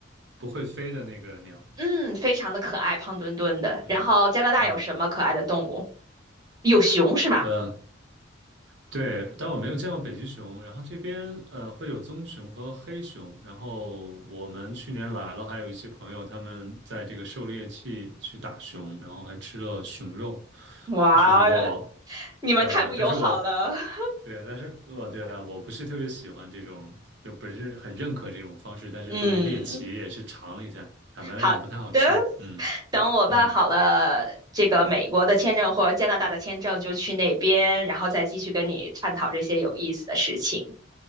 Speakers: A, on the right; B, on the right.
A: 不会飞的那个鸟，
B: 嗯，非常的可爱，胖墩墩的。
A: 嗯嗯。
B: 然后加拿大有什么可爱的动物？有熊是吧？
A: 呃。对，但我没有见过北极熊。然后这边呃会有棕熊和黑熊。然后我们去年来了，还有一些朋友他们在这个狩猎季去打熊，然后还吃了熊肉。
B: 哇，
A: 就是我，
B: 你们太不友好了。
A: 呃，但是我
B: <laughs>
A: 对，但是我对啊，我不是特别喜欢这种，就不是很认可这种方式。但是作为猎奇也是尝了一下，
B: 嗯，
A: 坦白来讲不太好吃。
B: 好的，
A: 嗯
B: 等我办好了这个美国的签证或加拿大的签证，
A: 嗯，
B: 就去那边，然后再继续跟你探讨这些有意思的事情。